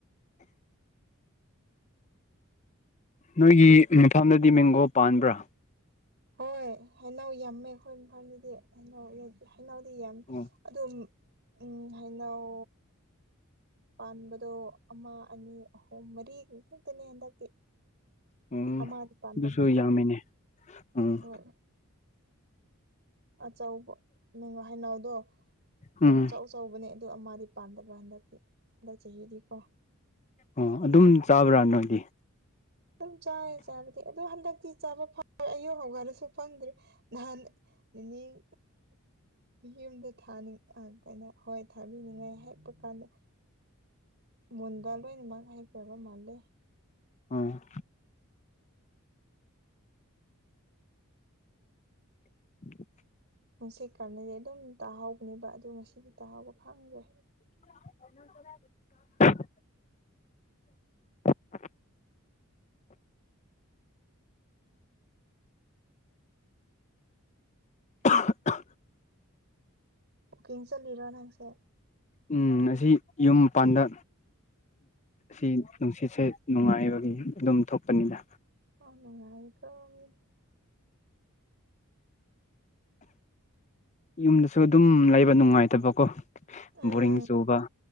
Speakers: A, on the left (about 35°); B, on the right (about 50°).
A: ꯅꯣꯏꯒꯤ ꯃꯐꯝꯗꯗꯤ ꯃꯦꯡꯒꯣ ꯄꯥꯟꯕ꯭ꯔꯥ
B: ꯍꯣꯏ ꯍꯩꯅꯧ ꯌꯥꯝꯃꯦ ꯑꯩꯈꯣꯏ ꯃꯐꯝꯗꯗꯤ ꯍꯩꯅꯧ ꯍꯩꯅꯧꯗꯤ ꯌꯥꯝ
A: ꯑꯣ
B: ꯑꯗꯨꯝ ꯍꯩꯅꯧ ꯄꯥꯟꯕꯗꯣ ꯑꯃ ꯑꯅꯤ ꯑꯍꯨꯝ ꯃꯔꯤ ꯈꯛꯇꯅꯦ ꯍꯟꯗꯛꯇꯤ
A: ꯎꯝ
B: ꯑꯃꯥꯗꯤ ꯄꯥꯟꯗꯕ
A: ꯑꯗꯨꯁꯨ
B: ꯀꯣ
A: ꯌꯥꯝꯃꯤꯅꯦ ꯎꯝ
B: ꯍꯣꯏ ꯑꯆꯧꯕ ꯅꯪ ꯍꯩꯅꯧꯗꯣ
A: ꯎꯝ
B: ꯌꯥꯝ ꯆꯥꯎ ꯆꯥꯎꯕꯅꯦ ꯑꯗꯨ ꯑꯃꯗꯤ ꯄꯥꯟꯗꯕ ꯍꯟꯗꯛꯇꯤ ꯍꯟꯗꯛ ꯆꯍꯤꯗꯤꯀꯣ
A: ꯑꯣ ꯑꯗꯨꯝ ꯆꯥꯕ꯭ꯔꯥ ꯅꯣꯏꯗꯤ
B: ꯑꯗꯨꯝ ꯆꯥꯏꯌꯦ ꯆꯥꯕꯗꯤ ꯑꯗꯣ ꯍꯟꯗꯛꯇꯤ ꯆꯥꯕ ꯐꯪꯗ꯭ꯔꯦ ꯑꯌꯨꯛ ꯍꯧꯒꯠꯂꯁꯨ ꯐꯪꯗ꯭ꯔꯦ ꯅꯥꯍꯟ ꯅꯤꯅꯤꯡ ꯌꯨꯝꯗ ꯊꯥꯅꯤꯡ ꯑ ꯀꯩꯅꯣ ꯍꯣꯏ ꯊꯥꯕꯤꯅꯤꯡꯉꯥꯏ ꯍꯦꯛꯄ ꯀꯥꯟꯗ ꯃꯨꯟꯕ ꯂꯣꯏꯅꯃꯛ ꯍꯦꯛꯈ꯭ꯔꯕ ꯃꯥꯜꯂꯦ
A: ꯑꯝ <inaudible>
B: ꯅꯨꯡꯁꯤ ꯀꯜꯂꯗꯤ ꯑꯗꯨꯝ ꯇꯥꯍꯧꯕꯅꯦꯕ ꯑꯗꯨ ꯉꯁꯤꯗꯤ ꯇꯥꯍꯧꯕ ꯈꯪꯗ꯭ꯔꯦ
A: <inaudible>
B: <inaudible>
A: ꯑꯍ ꯍ
B: ꯋꯀꯤꯡ ꯆꯠꯂꯤꯔꯣ ꯅꯪꯁꯦ
A: ꯎꯝ ꯑꯁꯤ ꯌꯨꯝ ꯃꯄꯥꯟꯗ ꯁꯤ ꯅꯨꯡꯁꯤꯠꯁꯦ ꯅꯨꯡꯉꯥꯏꯕꯒꯤ ꯑꯗꯨꯝ ꯊꯣꯛꯄꯅꯤꯗ
B: ꯑꯣ ꯅꯨꯡꯉꯥꯏꯑꯦꯀꯣ ꯃꯤꯗꯤ <inaudible>
A: ꯌꯨꯝꯗꯁꯨ ꯑꯗꯨꯝ ꯂꯩꯕ ꯅꯨꯡꯉꯥꯏꯇꯕꯀꯣ
B: ꯎꯝ
A: ꯕꯣꯔꯤꯡ ꯆꯨꯕ